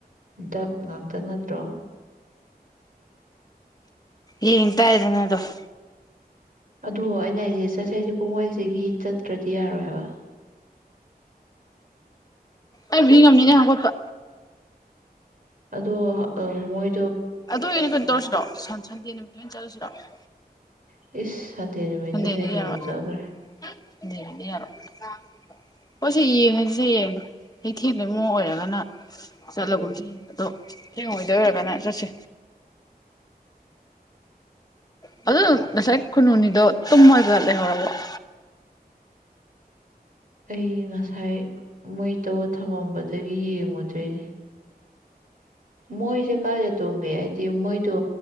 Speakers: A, on the right (about 55°); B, on the left (about 25°).
A: ꯗꯞ ꯉꯥꯛꯇ ꯅꯠꯇ꯭ꯔꯣ
B: ꯌꯦꯡ ꯇꯔꯦꯗꯅ ꯑꯗꫭ
A: ꯑꯗꯣ ꯑꯩꯅ ꯑꯩꯁꯦ ꯆꯠꯁꯦ ꯍꯥꯏꯁꯦ ꯄꯨꯡ ꯃꯥꯔꯤꯗꯒꯤ ꯆꯠꯇ꯭ꯔꯗꯤ ꯌꯥꯔꯣꯏ ꯍꯥꯏꯕ
B: ꯑꯩꯕꯨꯗꯤ ꯉꯝꯅꯤꯗꯥ ꯍꯥꯎꯒꯠꯄꯥ
A: ꯑꯗꯣ ꯍꯥꯑ ꯃꯣꯏ
B: ꯑꯗꯨ ꯑꫭꯏꯔꯗꯤ ꯀꯩꯅꫭ ꯇꯧꯔꯁꯤꯔꫭ <unintelligible> <unintelligible> ꯆꯠꯂꯁꯤꯔꫭ
A: <unintelligible> ꯅꯨꯃꯤꯠꯇꯨꯅ
B: ꯁꯟꯗꯦꯗꯗꯤ
A: ꯍꯦꯟꯅ
B: ꯌꯥꯔꫭꯏ
A: ꯂꯨꯖꯈ꯭ꯔꯦ
B: <unintelligible> ꯁꯟꯗꯦꯗꯗꯤ ꯌꯥꯔꯣꯏ <unintelligible> ꯍꯣꯏ ꯁꯤ ꯌꯦꯡꯉꯁꯤꯁꯦ ꯌꯦꯡꯕ ꯍꯦꯛ ꯊꯦꯡꯗꯣꯏꯕ ꯃꯑꯣꯡ ꯑꯣꯏꯔꯒꯅ ꯆꯠꯂꯒꯨꯝꯁ ꯑꯗꯣ ꯊꯦꯡꯉꫭꯏꯗꯣꯏ ꯑꯣꯏꯔꯒꯅ ꯆꯠꯁꯤ <unintelligible> ꯑꯗꯨ ꯉꯁꯥꯏ ꯈꯨꯅꯨꯑꯅꯤꯗꯣ ꯇꯨꯝꯃꯥꯒ ꯂꯩꯍꯥꯎꯔꯕꫭ
A: ꯑꯩ ꯉ ꯉꯁꯥꯏ ꯃꯩꯇꯧꯔꯥ ꯊꯝꯃꯝꯕꯗꯒꯤ ꯌꯦꯡꯉꯨ <unintelligible> ꯃꯣꯏꯖꯦ ꯀꯥꯏꯗ ꯇꯨꯝꯒꯦ ꯍꯥꯏꯗꯤ ꯃꯣꯏꯗꯣ